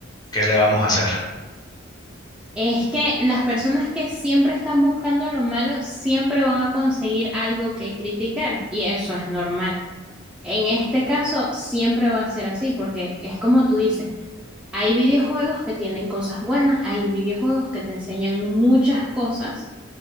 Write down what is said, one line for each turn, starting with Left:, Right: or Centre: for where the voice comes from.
Left: ¿qué le vamos a hacer?
Centre: Es que las personas que siempre están buscando lo malo siempre van a conseguir algo que criticar y eso es normal. En este caso, siempre va a ser así porque es como tú dices. Hay videojuegos que tienen cosas buenas, hay videojuegos que te enseñan muchas cosas